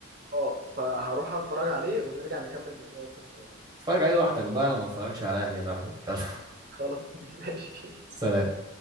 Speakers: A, on the right; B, on the right.
A: اه فهروح اتفرج عليه ونرجع نكمل موضوع الكره السعوديه
B: اتفرج عليه لوحدك بقى انا ما بتفرجش على الاهلي يا صاحبي يلا
A: خلاص <laughs> ماشي
B: <laughs> سلام